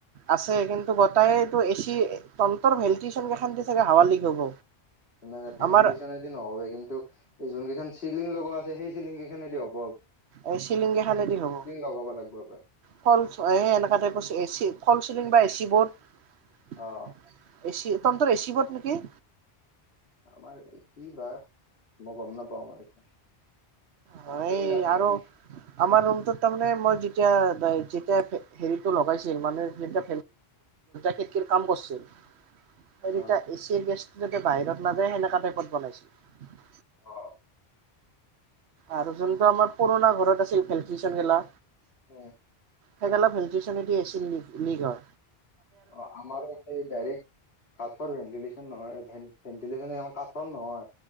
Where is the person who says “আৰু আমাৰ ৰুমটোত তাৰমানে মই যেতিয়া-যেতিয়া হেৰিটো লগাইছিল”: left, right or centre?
Right